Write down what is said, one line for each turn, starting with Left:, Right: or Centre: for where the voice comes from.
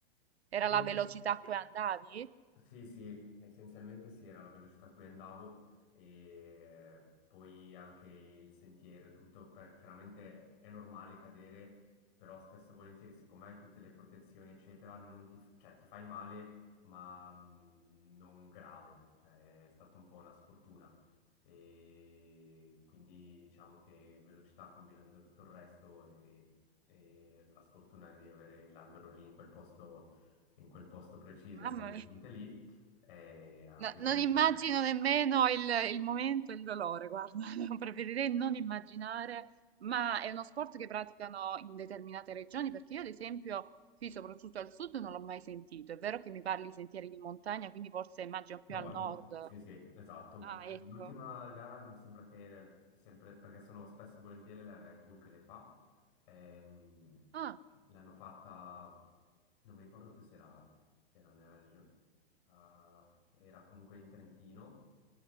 Right: era
Left: E-
Right: la velocità a cui andavi?
Left: Sì, sì, essenzialmente sì, era la velocità a cui andavo e poi anche il sentiero e tutto, perché chiaramente è normale cadere, però spesso e volentieri, siccome hai tutte le protezioni, eccetera, non ti, f- cioè, ti fai male, ma mh, non grave, cioè è stata un po' una sfortuna. E quindi diciamo che velocità combinando tutto il resto e, e la sfortuna di avere l'albero lì in quel posto in quel posto preciso,
Right: Mamma
Left: in quell'istante
Right: mia,
Left: lì, eh, a
Right: No,
Left: determinate.
Right: non immagino nemmeno il, il momento e il dolore, guarda, <laughs> preferirei non immaginare, ma è uno sport che praticano in determinate regioni, perché io ad esempio qui, soprattutto al sud, non l'ho mai sentito, è vero che mi parli di sentieri di montagna, quindi forse immagino più
Left: Nord,
Right: al nord.
Left: sì, sì, esatto.
Right: Ah, ecco.
Left: L'ultima gara mi sembra che sempre, perché sono spesso e volentieri la Red Bull che le fa, ehm,
Right: Ah,
Left: l'hanno fatta, non mi ricordo più se era, era nella regione, ah, era comunque in Trentino